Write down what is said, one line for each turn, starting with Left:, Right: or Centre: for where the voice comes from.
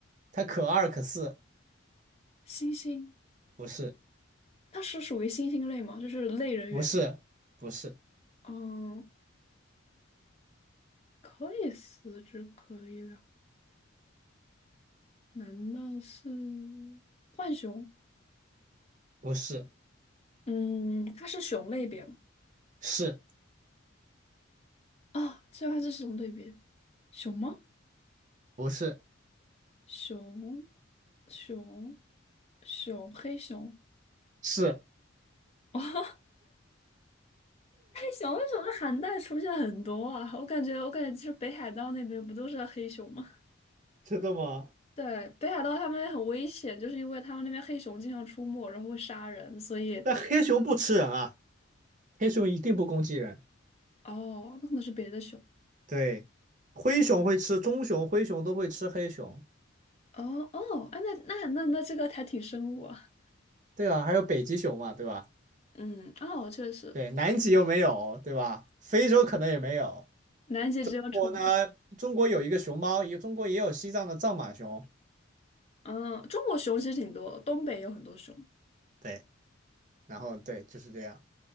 Right: 它可二可四，
Left: 星星，
Right: 不是
Left: 它是属于星星类吗？就是类人猿。
Right: 不是不是
Left: 嗯，可以四肢可以了，难道是浣熊？
Right: 不是
Left: 嗯，它是熊类别吗？
Right: 是
Left: 啊，这还是熊类别，熊吗？
Right: 不是
Left: 熊，熊，熊，黑熊。
Right: 是
Left: 哦黑熊，黑熊在寒带出现很多啊，我感觉，我感觉就是北海道那边不都是黑熊吗？
Right: 真的吗？
Left: 对，北海道他们很危险，就是因为他们那边黑熊经常出没，然后会杀人，所以
Right: 但黑熊不吃人啊，黑熊一定不攻击人，
Left: 哦，那可能是别的熊。
Right: 对，灰熊会吃，棕熊、灰熊都会吃黑熊。
Left: 哦哦，哎，那那那那这个还挺生物啊。
Right: 对啊，还有北极熊嘛，对吧？
Left: 嗯，哦，确实，
Right: 对，南极又没有，对吧？非洲可能也没有。
Left: 南极只有宠物。
Right: 中国呢？中国有一个熊猫，也中国也有西藏的藏马熊。
Left: 嗯，中国熊其实挺多的东北也有很多熊
Right: 对，然后对，就是这样。